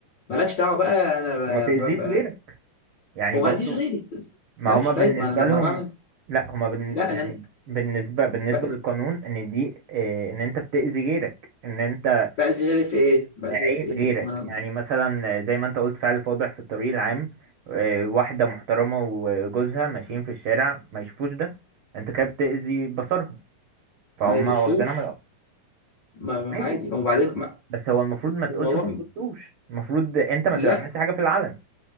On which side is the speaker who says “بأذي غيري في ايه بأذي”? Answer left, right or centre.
Left